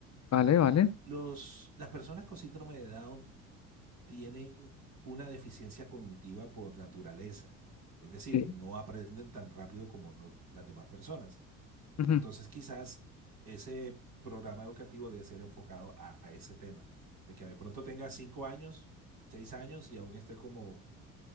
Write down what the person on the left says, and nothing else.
vale, vale,
sí.
ujú,